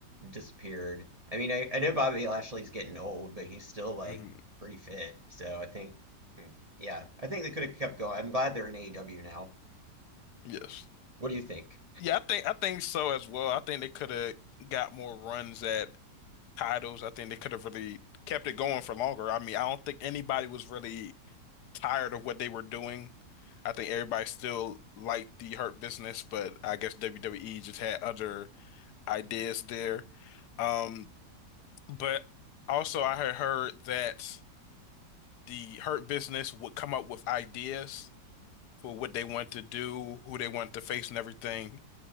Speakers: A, on the right; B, on the left.
A: disappeared. I mean, I, I know Bobby Lashley's getting old, but he's still like
B: hmm
A: pretty fit. So I think, hmm, yeah, I think they could have kept going. I'm glad they're in AEW now.
B: Yes.
A: What do you think?
B: Yeah, I think I think so as well. I think they could have got more runs at titles. I think they could have really kept it going for longer. I mean, I don't think anybody was really tired of what they were doing. I think everybody still liked the Hurt Business, but I guess WWE just had other ideas there. Um, but also I had heard that the Hurt Business would come up with ideas for what they want to do, who they want to face, and everything.